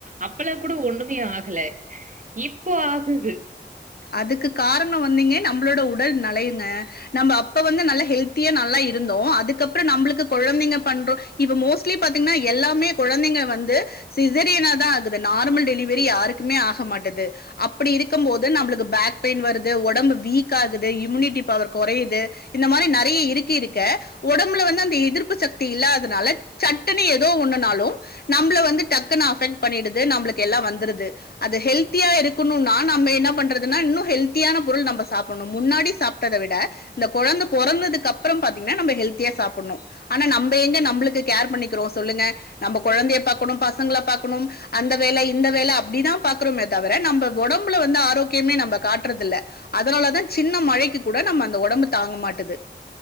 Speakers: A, on the right; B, on the left.
A: அப்பல்லா கூட ஒண்ணுமே ஆகல இப்போ ஆகுது
B: அதுக்கு காரண வந்தீங்க நம்மளோட உடல் நலைங்க நம்ப அப்ப வந்து நல்ல ஹெல்த்தியா நல்லா இருந்தோ அதுக்கப்ற நம்பளுக்கு கொழந்தைங்க பண்றொ இப்ப மோஸ்ட்லி பாத்திங்கனா எல்லாமே குழந்தைங்க வந்து சிசரியன தா ஆகுது நார்மல் டெலிவரி யாருக்குமே ஆக மாட்டுது அப்புடி இருக்கும் போ து நம்பளுக்கு பேக் பெய்ன் வருது ஒடம்பு வீக் ஆகுது இம்யூனிட்டி பவர் கொறையிது இந்த மாரி நெறைய இருக்கிருக்க ஒடம்புல வந்து அந்த எதிர்ப்பு சக்தி இல்லாதனால சட்டுனு எதோ ஒன்னுனாலு நம்ள வந்து டக்குனு அஃபெக்ட் பண்ணிடுது நம்ளுக்கெல்லா வந்துருது அது ஹெல்தியா இருக்கனுனா நம்ம என்ன பண்றதுனா இன்று ஹெல்தியான பொருள் நம்ப சாப்புன்னு முன்னாடி சாப்டத விட இந்த கொழந்த பொறந்ததுக்கப்றொ பாத்திங்கனா நம்ப ஹெல் தியா சாப்புட்னு ஆனா நம்ப எங்க நம்பளுக்கு கேர் பண்ணிக்கோ சொல்லுங்க நம்ப கொழந்தைய பாக்கணு பசங்கள‌ பாக்கணும் அந்த வேல இந்த வேல அப்டிதா பாக்குறோமே தவிர நம்ப ஒடம்புல வந்து ஆரோக் கியமே நம்ப காட்றதில்ல அதனால தா சின்ன மழைக்கு கூட நம்ம அந்த ஒடம்பு தாங்க மாட்டுது